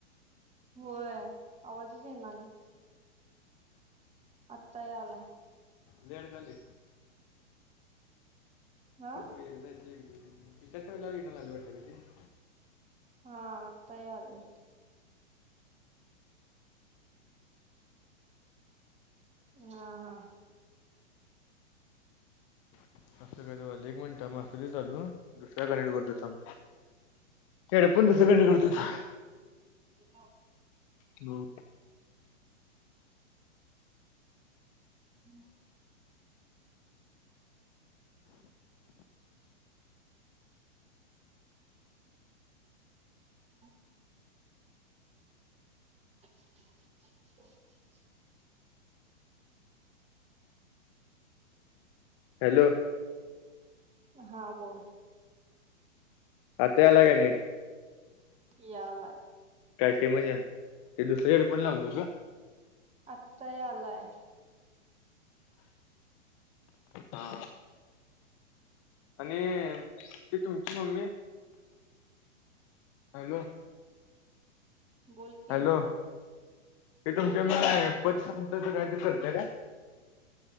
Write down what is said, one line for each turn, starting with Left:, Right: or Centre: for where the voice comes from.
Right: होय आवाजच येणार नाही. आत्ता या आलाय
Left: देेड गली
Right: हा
Left: एक एकदा क ति चच्याम वला वडून नल पटे ते <inaudible>
Right: हाता आल आहे. हा हा
Left: असं काय एक मिनिट म चालू दुसऱ्या कनेक्ट करतो. तेड पण द सकंड करतो <inaudible>
Right: ह
Left: हो
Right: हम् हम <unintelligible>
Left: हॅलो
Right: हा बोल
Left: आता याला काय नीट
Right: क यालाय
Left: कायच म्हणजे ते दुसरी्याकडे पण लावलो ग
Right: आत्ता या आलंय
Left: हा आणि ती तुमची मम्मी हॅलो
Right: बोल की
Left: हॅलो क
Right: बोल
Left: तुमच्या
Right: की
Left: म प कायतरी करलते र